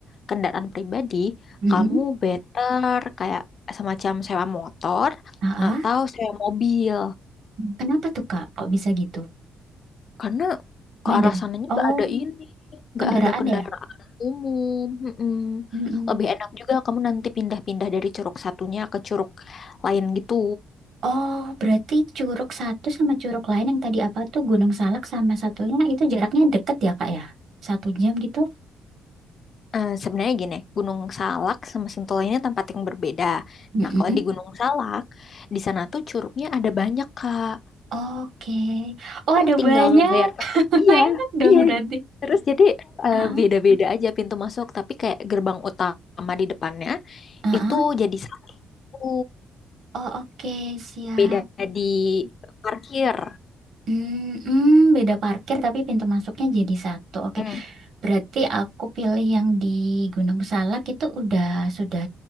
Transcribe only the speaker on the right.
Mm-mm.
Ah, ah.
Kenapa tuh Kak? Kok bisa gitu?
Medan.
Oh,
kendaraan
ya?
Mm-mm.
Oh, berarti Curug satu sama Curug lain yang tadi apa tuh Gunung Salak sama satunya itu jaraknya deket ya Kak ya? Satu jam gitu?
Mm-mm.
Oke. Oh,
ada
banyak.
<laughs>
Enak dong
berarti.
ah
ah
ah.
Oh, oke, Siap.
Hmm, hmm, beda parkir tapi pintu masuknya jadi satu. Oke.
Berarti aku pilih yang di Gunung Salak itu udah sudah